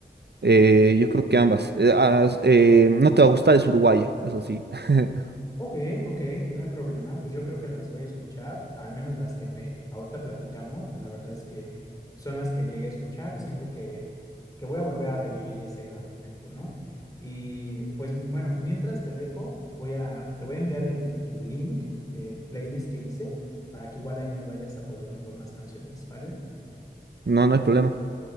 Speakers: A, on the left (about 20°); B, on the right (about 65°).
A: Ok.
B: Eh, yo creo que ambas. Eh, as- eh, no te va a gustar, es uruguaya, eso sí. <laughs>
A: Ok, ok, no hay problema. Pues yo creo que las voy a escuchar, al menos las que me- ahorita platicamos, pues la verdad es que son las que llegué a escuchar y siento que, que voy a volver a revivir ese gran momento, ¿no? Y pues bueno, mientras te dejo, voy a, te voy a enviar el, el link del playlist que hice para que igual ahí me vayas apoyando con más canciones, ¿vale?
B: No, no hay problema.